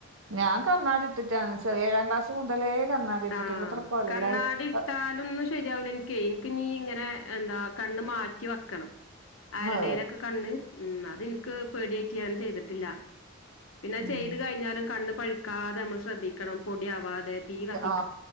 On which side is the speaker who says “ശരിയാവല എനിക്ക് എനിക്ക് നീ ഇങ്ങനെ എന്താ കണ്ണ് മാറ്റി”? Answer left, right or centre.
Left